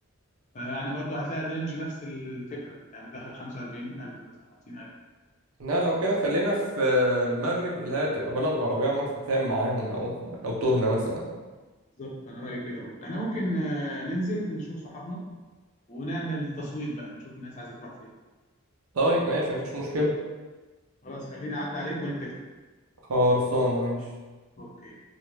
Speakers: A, on the left (about 35°); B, on the right (about 80°).
A: فيعني برضه هتلاقي الرينج نفس الفكرة يعني داخل 45000 مثلا 50000
B: لا لو كده خلينا في المغرب اللي هي تبقى بلد عربية نعرف نتفاهم معاهم لو لو تهنا مثلا
A: بالظبط انا رايي كده برضه احنا ممكن آه، ننزل نشوف صحابنا ونعمل تصويت بقى نشوف الناس عايزه تروح فين
B: طيب ماشي مفيش مشكلة
A: خلاص خليني اعدي عليك ونتفق
B: خلصانة ماشي
A: اوكي